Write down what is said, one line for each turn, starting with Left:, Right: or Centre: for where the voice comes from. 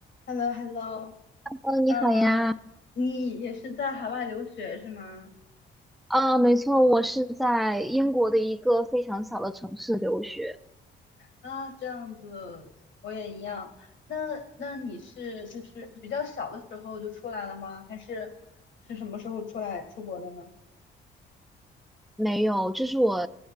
Left: h e l l o h e l l o
Centre: 哦，你好呀。
Left: 嗯，你也是在海外留学是吗？
Centre: 啊，没错，我是在英国的一个非常小的城市留学。
Left: 啊，这样子，我也一样。那那你是就是是比较小的时候就出来了吗？还是是什么时候出来出国的呢？
Centre: 没有，这是我，